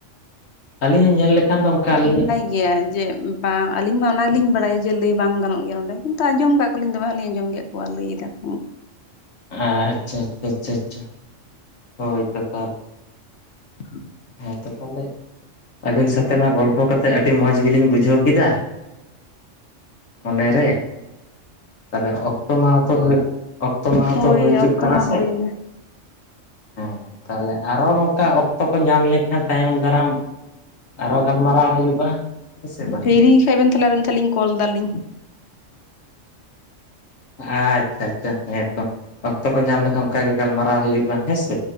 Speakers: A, on the left; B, on the left.
A: ᱟᱹᱞᱤᱧ ᱦᱚᱸ ᱧᱮᱞ ᱞᱮᱠᱷᱟᱱ ᱫᱚ ᱚᱱᱠᱟ ᱟᱞᱤᱧ
B: ᱜᱮᱭᱟ ᱡᱮ ᱵᱟᱝ ᱟᱹᱞᱤᱧ ᱢᱟ ᱚᱱᱟ ᱜᱮᱞᱤᱧ ᱵᱟᱲᱟᱭᱟ ᱡᱮ ᱞᱟᱹᱭ ᱵᱟᱝ ᱜᱟᱱᱚᱜ ᱜᱮᱭᱟ ᱱᱚᱸᱰᱮ ᱠᱤᱱᱛᱩ ᱟᱸᱡᱚᱢ ᱠᱟᱜ ᱠᱚ ᱠᱚᱞᱤᱧ ᱫᱚ ᱦᱟᱸᱜ ᱞᱤᱧ ᱟᱸᱡᱚᱢ ᱠᱮᱫ ᱠᱚᱣᱟ ᱞᱟᱹᱭ ᱫᱟᱠᱚ
A: ᱦᱮᱸ ᱟᱪᱪᱷᱟ ᱟᱪᱪᱷᱟ ᱟᱪᱪᱷᱟ ᱟᱪᱷᱟ ᱦᱳᱭ ᱛᱚ ᱛᱟᱦᱞᱮ
B: <inaudible>
A: ᱦᱮᱸ ᱛᱚ ᱛᱟᱞᱮ ᱟᱹᱵᱤᱱ ᱥᱮᱛ ᱛᱮᱱᱟᱜ ᱜᱚᱞᱯᱷᱚ ᱠᱟᱛᱮᱜ ᱟᱹᱰᱤ ᱢᱚᱸᱡᱽ ᱜᱮᱞᱤᱧ ᱵᱩᱡᱷᱟᱹᱣ ᱠᱮᱫᱟ ᱢᱚᱱᱮ ᱨᱮ ᱛᱟᱦᱚᱞᱮ ᱚᱠᱛᱚ ᱢᱟᱦᱟ ᱛᱚ ᱚᱠᱛᱚ ᱢᱟᱦᱟ
B: ᱦᱳᱭ
A: ᱛᱚ ᱦᱩᱭ ᱦᱤᱡᱩᱜ
B: ᱚᱠᱛᱚ
A: ᱠᱟᱱᱟ
B: ᱢᱟ
A: ᱥᱮ?
B: ᱦᱩᱭᱱᱟ
A: ᱚ ᱛᱟᱦᱞᱮ ᱟᱨᱚ ᱱᱚᱝᱠᱟ ᱚᱠᱛᱚ ᱧᱟᱢ ᱞᱮᱠᱷᱟᱱ ᱛᱟᱭᱚᱢ ᱫᱟᱨᱟᱢ ᱟᱨᱦᱚᱸ ᱜᱟᱞᱢᱟᱨᱟᱣ ᱦᱩᱭᱩᱜᱼᱟ᱾ ᱦᱮᱸ ᱥᱮ ᱵᱟᱝ
B: ᱯᱷᱤᱨᱤ ᱜᱮᱠᱷᱟᱡ ᱵᱮᱱ ᱛᱟᱞᱦᱮ ᱟᱨ ᱢᱤᱫᱷᱟᱣᱞᱤᱧ ᱠᱚᱞ ᱫᱟᱞᱤᱧ᱾
A: ᱟᱪᱪᱷᱟ ᱪᱷᱟ ᱪᱷᱟ ᱦᱮᱸᱛᱚ ᱚᱠᱛᱚ ᱠᱚ ᱧᱟᱢ ᱞᱮᱠᱷᱟᱱ ᱚᱱᱠᱟ ᱜᱮ ᱜᱟᱞᱢᱟᱨᱟᱣ ᱦᱩᱭᱩᱜᱼᱟ ᱦᱮᱸᱥᱮ?